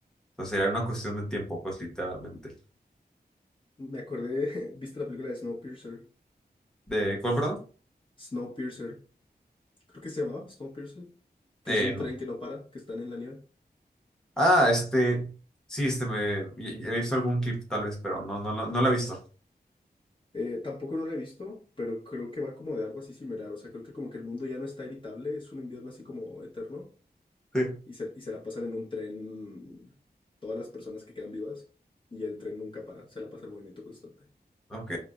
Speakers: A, in the centre; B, on the left.
A: Entonces sería una cuestión de tiempo, pues literalmente.
B: Me acordé, <laughs> ¿viste la película de Snowpiercer?
A: ¿De cuál, perdón?
B: Snowpiercer, creo que se llamaba Snowpiercer, que
A: Eh,
B: es de un
A: no.
B: tren que no para, que están en la nieve.
A: Ah, este, sí, este, me, he visto algún clip tal vez, pero no, no, no, no lo he visto.
B: Eh, tampoco no la he visto, pero creo que va como de algo así similar. O sea, creo que como que el mundo ya no está evitable, es un invierno así como eterno
A: Sí.
B: y se, y se la pasan en un tren todas las personas que quedan vivas y el tren nunca para, se la pasa el movimiento constante.
A: Ok.